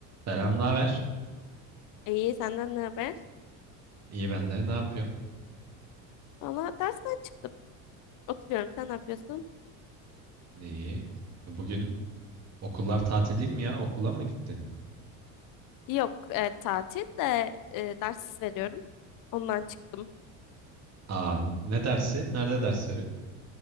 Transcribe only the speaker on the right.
Selam, ne haber?
İyi ben de. Ne yapıyorsun?
İyi. Bugün okullar tatil değil mi ya? Okula mı gittin?
Aa, n- ne dersi? Nerede ders veriyor?